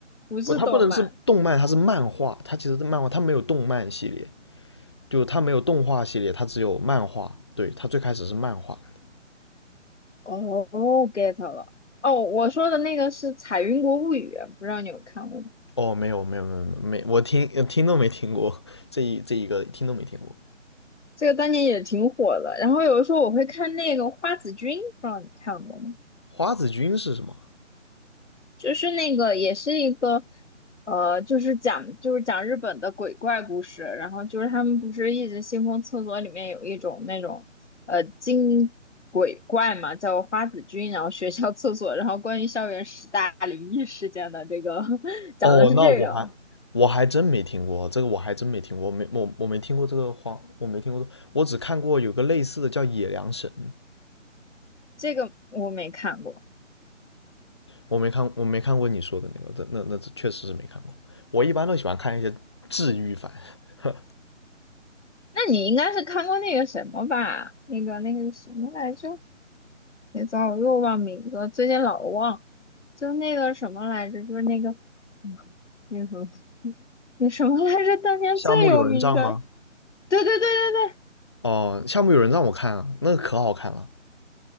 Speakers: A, on the left; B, on the left.
A: 不是动漫。
B: 不，它不能是动漫，它是漫画，它其实是漫画，它没有动漫系列，就它没有动画系列，它只有漫画，对，它最开始是漫画来的。
A: 哦，get 了。哦，我说的那个是《彩云国物语》，不知道你有看过吗？
B: 哦，没有没有没有没有，我听听都没听过这一这一个听都没听过。
A: 这个当年也挺火的。然后有的时候我会看那个《花子君》，不知道你看过吗？
B: 花子君是什么？
A: 就是那个也是一个，呃，就是讲就是讲日本的鬼怪故事。然后就是他们不是一直信奉厕所里面有一种那种呃精鬼怪嘛，叫花子君。然后学校 <laughs> 厕所，然后关于校园十大灵异事件的这个 <laughs> 讲的是这个。
B: 哦，那我还我还真没听过这个，我还真没听过，我没我我没听过这个话，我没听过，我只看过有个类似的叫野良神，
A: 这个我没看过。
B: 我没看我没看过你说的那个，这那那这确实是没看过。我一般都喜欢看一些治愈番，<laughs>
A: 那你应该是看过那个什么吧？那个那个什么来着？别糟，我又忘名字了最近老忘。就那个什么来着？就是那个，嗯，那个什么那什么来着？当年最有名的，
B: 夏目友人帐吗？
A: 对对对对对
B: 哦，夏目友人帐我看啊，那个可好看了，